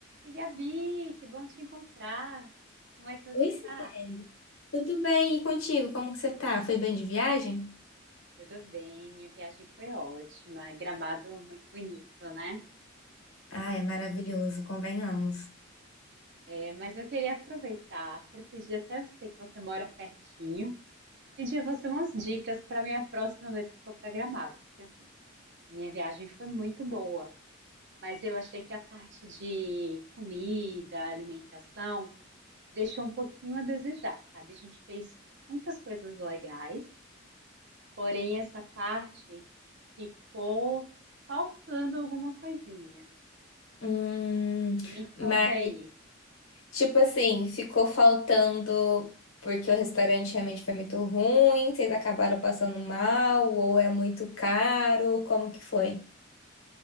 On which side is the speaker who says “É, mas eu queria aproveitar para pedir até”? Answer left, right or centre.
Right